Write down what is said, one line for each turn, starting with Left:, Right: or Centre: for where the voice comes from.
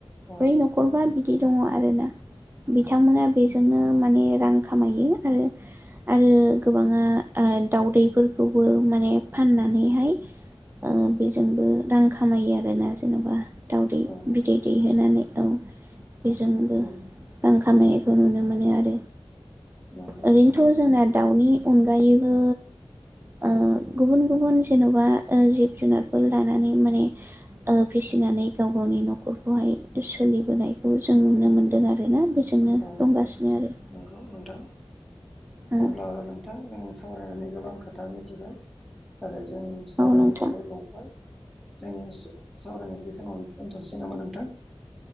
Centre: औ
Right: बै न'खरबा बिदि दङ आरोना बिथांमोना बेजोंनो माने रां खामायो आरो आरो गोबाङा दाउदैफोर बेखौबो माने फाननानैहाय। ओ बेजोंबो रां खामायो आरोना जेनेबा दावदै
Centre: औ
Right: बिदै दैहोनानै औ बेजोंबो
Centre: औ
Right: रां खामायनायखौ
Centre: औ औ
Right: नुनो मोनो आरो।
Centre: नंगौ
Right: ओरैनोथ जोंना दाउनि अनगायैबो
Centre: औ
Right: ओ गुबुन गुबुन जेनबा जिब जुनारफोर लानानै माने फिसिनानै गाव गावनि नखर फोरखौहाय सोलिबोनायखौ जों नुनो मोन्दों आरोना बेजोंनो
Centre: औ
Right: दंगासिनो आरो
Centre: नंगौ नोंथां
Right: औ
Centre: अब्ला नोंथां जों सावरायनानै गोबां खोथा मिथिबाय आरो। जोंनि सावरायनांगोआबो
Right: नोंथां
Centre: लावबाय जोंनि सावरायनायखौ बेखनिनो दोनथनोसै नामा नोंथां